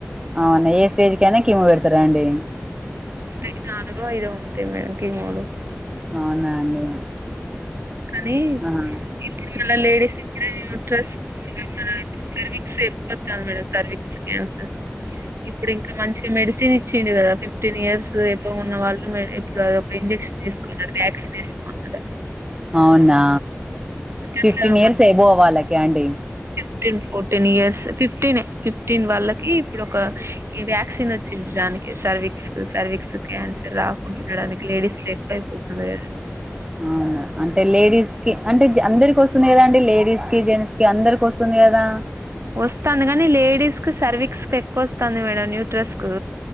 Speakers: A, on the right (about 20°); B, on the right (about 60°).
A: అవునా ఏ స్టేజ్ కైనా కిమొ పెడుతారా అండి
B: ఈ నాలుగో ఐదో ఉంటాయి మేడం కిమొ లు
A: అవునా అండి
B: కానీ
A: ఆహా
B: <unintelligible> లేడీస్కి కూడా <unintelligible> <unintelligible> మేడం సర్వక్స్ క్యాన్సర్ ఇప్పుడు ఇంకా మంచి మెడిసిన్ ఇచ్చింది కదా ఫిఫ్టీన్ ఇయర్స్ ఏబో ఉన్న వాళ్ళు ఇప్పుడు అది ఒక ఇంజక్షన్ వేసుకోలన్నరు వ్యాక్సిన్ వేసు <unintelligible>
A: అవునా ఫిఫ్టీన్
B: అట్లా
A: ఇయర్స్ ఏబో వాళ్ళక అండి
B: ఫిఫ్టీన్ ఫోర్టీన్ ఇయర్స్ ఫిఫ్టీనే ఫిఫ్టీన్ వాళ్ళకి ఇప్పుడు ఒక ఈ వ్యాక్సిన్ వచ్చింది దానికి సర్వక్స్ సర్వీక్స్ క్యాన్సర్ రాకుంటుండడానికి లేడీస్ లో ఎక్కువయిపోతుంది కదా
A: అవునా అంటే లేడీస్ కి అంటే అందరికి వస్తుంది కదా అండి లేడీస్ కి జెంట్స్ కి అందరికి వస్తుంది కదా
B: వస్థంది కానీ లేడీస్ కి సర్వీక్స్ క ఎక్కువ వస్థంది మేడం న్యూట్రస్ కు